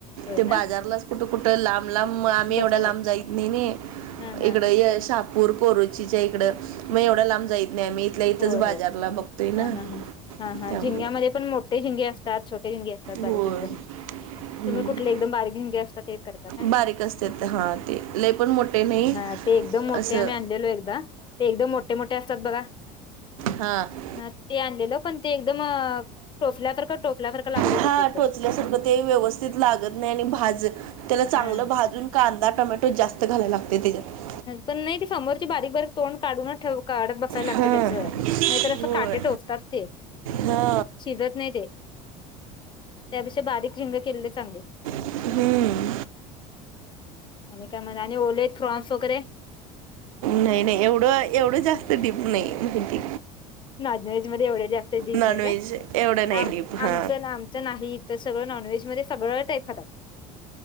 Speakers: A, on the left (about 30°); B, on the right (about 80°).
A: होय
B: ते
A: ना
B: बाजारलाच कुठ कुठ लांब लांब आम्ही
A: बसतात
B: एवढ्या लांब जाईत नाही नाही
A: हा हा
B: इकड शहापुर पोरुचीच्या इकड मग एवढ्या लांब जाईत नाही आम्ही आपल्या इथच
A: होय
B: बाजारला
A: होय
B: बघतोय ना
A: हा हा हा हा हा
B: त्यामुळे
A: झिंग्यामध्ये पण मोठे झिंगे असतात छोटे झिंगे असतात बारीक
B: होय.
A: एकदम
B: हम्म
A: तुम्ही कुठले एकदम बारिक झिंगे जे असता ते करता का
B: बारीक असत्यात हा ते लय पण मोठे नाही.
A: हा ते एकदम मोठे
B: असं
A: आम्ही आणलेलो एकदा ते एकदम मोठे मोठे असतात बघा
B: हं
A: हं ते आणलेल पण ते एकदम टोचल्यासारख टोचल्यासारख लागत
B: हा
A: होत ते एकदम
B: टोचल्यासारखं ते व्यवस्थित लागत नाही आणि भाज त्याला चांगल
A: हा
B: भाजुन कांदा टोमॅटो जास्त घालायला लागते त्याच्यात
A: पण नाही ते समोरची बारीक बारीक तोंड काढुनच ठेव काढत बसायला
B: हा.
A: लागते त्याच नाहीतर अस
B: होय
A: काटे टोचतात ते
B: हा
A: शिजत नाही ते त्यापेक्षा बारीक झिंगे केलेले चांगले
B: हम्म
A: आणि काय म्हणाले आणि ओले फ्रॉन्स वगैरे
B: नाही नाही एवढ एवढ जास्त डिप नाही माहिती
A: नॉनव्हेज मध्ये एवढे जास्त देत
B: नॉनव्हेज
A: नाही का
B: एवढं नाही
A: आम
B: डीप हा
A: आमच आमच नाही ते सगळं नॉनव्हेज मध्ये, सगळं टाईप खातात.